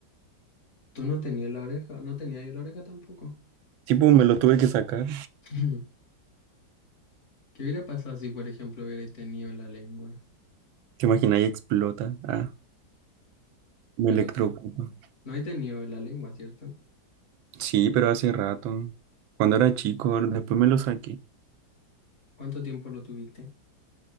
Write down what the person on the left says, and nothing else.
Tú no tenías la oreja, no tenía yo la oreja tampoco.
<clears throat> ¿Qué hubiera pasado si, por ejemplo, hubierais tenido la lengua?
Pero
te- no he tenido la lengua, ¿cierto?
¿Cuánto tiempo lo tuviste?